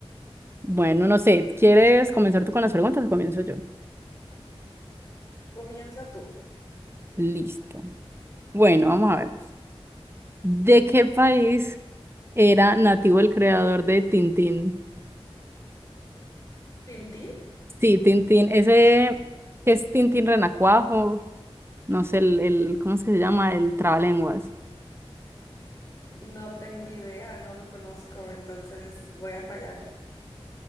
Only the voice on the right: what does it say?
Bueno, no sé, ¿quieres comenzar tú con las preguntas o comienzo yo?
Listo. Bueno, vamos a ver. ¿De qué país era nativo el creador de Tintín?
Sí, Tintín, ese que es Tintín Renacuajo, no sé, el, el, ¿cómo es que se llama? El trabalenguas.